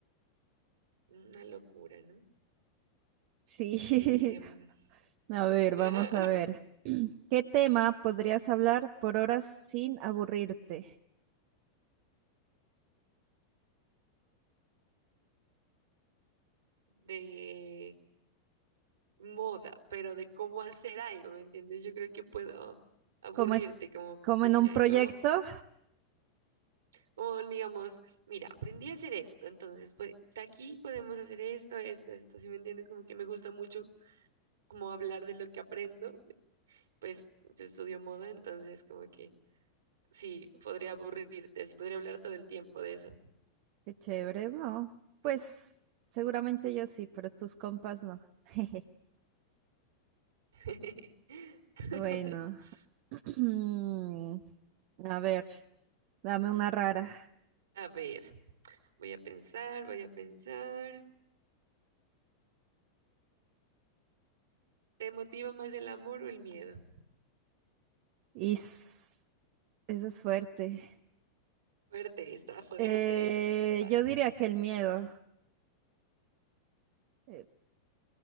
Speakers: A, on the right (about 65°); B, on the right (about 45°).
A: una locura, ¿no?
B: Sí,
A: Em,
B: <laughs> a ver,
A: <laughs>
B: vamos a ver. <clears throat> ¿Qué tema podrías hablar por horas sin aburrirte?
A: de moda, pero de cómo hacer algo, ¿me entiendes? Yo creo que puedo aburrirte
B: ¿Cómo es?
A: como,
B: ¿Como
A: pues,
B: en
A: mira,
B: un proyecto?
A: yo, como digamos, mira, aprendí a hacer esto, entonces, pues, de aquí podemos hacer esto, esto, esto, ¿sí me entiendes? Como que me gusta mucho como hablar de lo que aprendo, pues yo estudio moda, entonces como que sí, podría aburrirte, así podría hablar todo el tiempo de eso.
B: Qué chévere, ¿no? Pues seguramente yo sí, pero tus compas no. <laughs>
A: <laughs>
B: Bueno, <clears throat> a ver, dame una rara.
A: A ver, voy a pensar, voy a pensar. ¿Te motiva más el amor o el miedo?
B: Is, esa es fuerte.
A: Fuerte, está fuerte,
B: Eh,
A: está.
B: yo diría que el miedo. Eh,